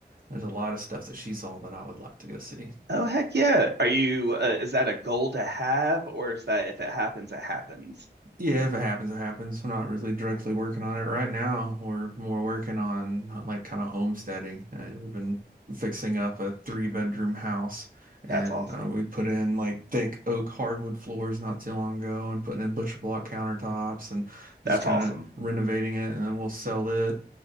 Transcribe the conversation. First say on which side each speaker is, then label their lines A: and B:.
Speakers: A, on the right; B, on the right.
A: There's a lot of stuff that she saw that I would like to go see.
B: Oh heck yeah. Are you uh, is that a goal to have or is that if it happens it happens?
A: Yeah, if it happens, it happens. I'm not really directly working on it right now. We're more working on like kind of homesteading. Uh, we've been fixing up a three bedroom house and
B: That's awesome.
A: uh, we put in like thick oak hardwood floors not too long ago and putting in butcher block countertops and
B: That's
A: just kind
B: awesome.
A: of renovating it. And then we'll sell it